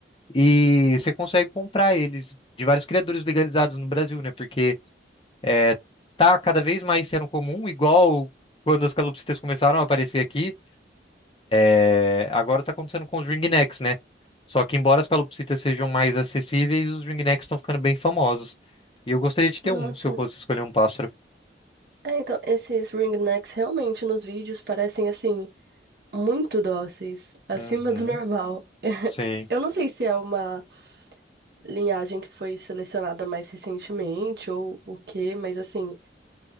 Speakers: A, on the left; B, on the right.
A: E você consegue comprar eles de vários criadores legalizados no Brasil, né? Porque é, tá cada vez mais sendo comum, igual quando as calopsitas começaram a aparecer aqui, é, agora tá acontecendo com os ringnecks, né? Só que embora as calopsitas sejam mais acessíveis, os ringnecks estão ficando bem famosos. E eu gostaria de ter
B: Nossa.
A: um, se eu fosse escolher um pássaro.
B: É, então, esses ringnecks realmente nos vídeos parecem, assim, muito dóceis, acima
A: Uhum,
B: do normal.
A: sim.
B: Eu não sei se é uma linhagem que foi selecionada mais recentemente ou o quê, mas, assim,